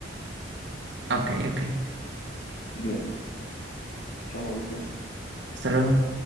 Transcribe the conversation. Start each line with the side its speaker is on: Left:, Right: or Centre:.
Right: Ok, ok.
Left: Bien. Chao, Mauricio.
Right: Hasta luego.